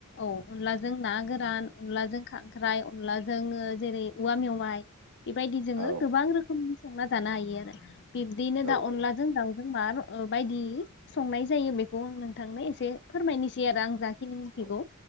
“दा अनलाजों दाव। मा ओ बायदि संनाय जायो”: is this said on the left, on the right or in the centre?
Left